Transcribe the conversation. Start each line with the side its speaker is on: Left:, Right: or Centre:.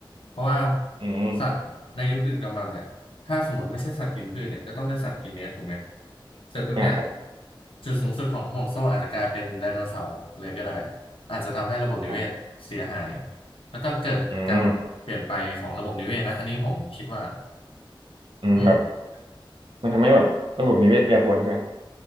Left: เพราะว่า
Right: อืม
Left: สัตว์ในยุคดึกดำบรรพ์เนี่ยถ้าสมมติไม่ใช่สัตว์กินพืชเนี่ยก็ต้องเป็นสัตว์กินเนื้อถูกไหมเสร็จปุ๊บเนี่ย
Right: อ่าครับ
Left: จุดสูงสุดของห่วงโซ่อาจจะกลายเป็นไดโนเสาร์เลยก็ได้ อาจจะทำให้ระบบนิเวศเสียหาย
Right: อ่า
Left: แล้วก็เกิดการแบบเปลี่ยนไปของระบบนิเวศนะอันนี้ผมคิดว่า
Right: อืมอืมแบบ
Left: อืม
Right: มันทำให้แบบระบบนิเวศแปรปรวนใช่ไหม